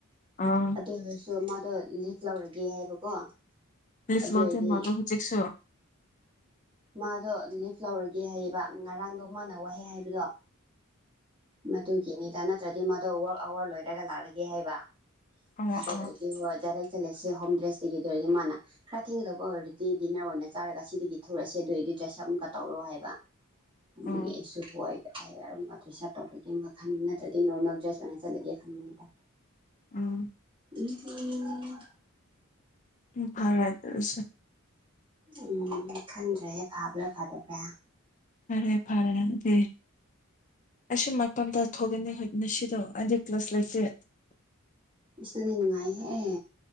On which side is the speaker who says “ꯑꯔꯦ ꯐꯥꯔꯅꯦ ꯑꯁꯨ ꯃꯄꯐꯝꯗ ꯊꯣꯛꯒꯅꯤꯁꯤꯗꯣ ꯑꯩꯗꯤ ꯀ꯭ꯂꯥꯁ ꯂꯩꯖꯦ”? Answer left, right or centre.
Left